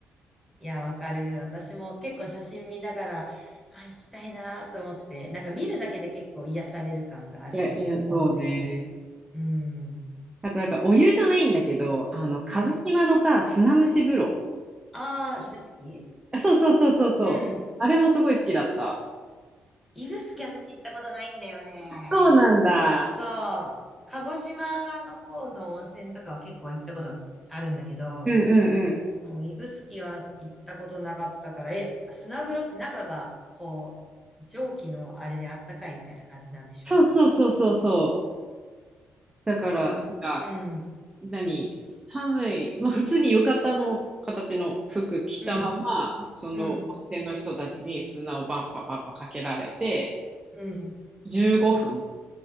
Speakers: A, in the centre; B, on the right.
A: いや、わかる。私も結構写真見ながら、あ、行きたいなと思って、なんか見るだけで結構癒される感があるよね、
B: いや、いや、そうね。
A: 温泉って。うん。
B: あとなんかお湯じゃないんだけど、あの、鹿児島のさ、
A: うん。
B: 砂蒸し風呂。
A: ああ、指宿
B: あそうそうそうそうそう。
A: うん。
B: あれもすごい好きだった。
A: 指宿私行ったことないんだよね。
B: そうなんだ。
A: そう。鹿児島の方の温泉とかは結構行ったことがあるんだけど、
B: うんうんうん。
A: そう指宿は行ったことなかったから、え、砂風呂って中が、こう、蒸気のあれであったかいみたいな感じなんでしょ
B: そうそうそうそうそう。だから、
A: どううん。
B: なんか、何、寒い、まあ普通に浴衣の形の服着たまま、
A: うん、
B: その温泉の人たちに砂をパンパパッパかけられて、
A: うん、うん、
B: 15分。